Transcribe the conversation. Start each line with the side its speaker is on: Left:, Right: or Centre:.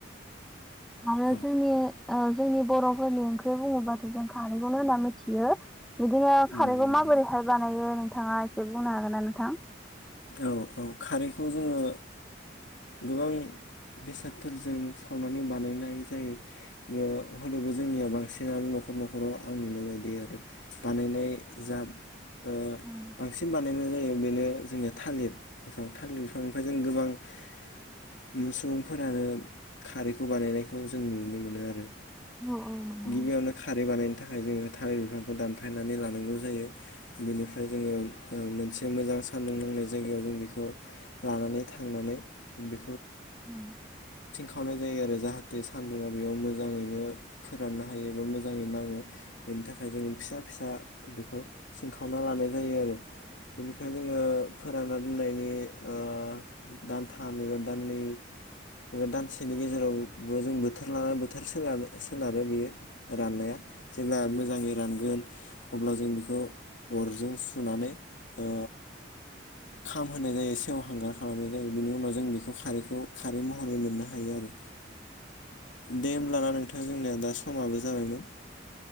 Centre: आरो
Left: औ
Centre: जोंनि ओ जोंनि बर'फोरनि ओंख्रि बुंङोब्लाथाय जों खारखौनो होनना मिथियो। बिदिनो खारैखौ
Left: नंगौ नंगौ
Centre: माबोरैहाय बानायो नों थांङा एसे बुंनो हागोन ना नोंथां?
Left: औ औ खारैखौ जोंङो गोबां बेसादफोरजों सावनानै बानायनाय जायो ङो होनोबो जोंनिया बांसिनानो न'खर न'खराव आं नुनाय बायदि आरो बानायनाय जा ओ
Centre: औ
Left: बांसिन बानायनाय जायो बेनो जोंनिया थालिर बिफां थालिर बिफांनिफ्राय जों गोबां सुबुंफोरानो खारैखौ बानायनायखौ जों नुनो मोनो आरो।
Centre: औ औ नंगौ।
Left: गिबियावनो खारै बानायनो थाखाय जोंङो थालिर बिफांखौ दानफायनानै लानांगौ जायो बेनिफ्राय जोंङो ओ मोनसे मोजां सान्दुं नांनाय जायगायाव जों बेखौ लानानै थांनानै बे
Centre: औ
Left: खावनाय जायो आरोना जाहाथे सान्दुंङा बेयाव मोजांङैनो फोराननो हायो बा मोजांङै नांङो बेनि थाखाय जों फिसा फिसा बेखौ सिनखावना लानाय जायो आरो बेनिफ्राय जोंङो ना दोननायनि ओ दानथाम एबा दाननै एबा दानसेनि गेजेरावबो जों बोथोर लानानै बोथोर सोन-सोनारो बेयो। राननाया जेब्ला मोजांङै रानगोन अब्ला जों बेखौ अर'जों सुनानै ओ खाम होनाय जायो सेवहांगार खालामनाय जायो बेनि उनाव जों बेखौ खारैखौ खारै महरै मोननो हायो आरो। दे होमब्लाना नोंथां जोंनिया दास समाबो जाबायमोन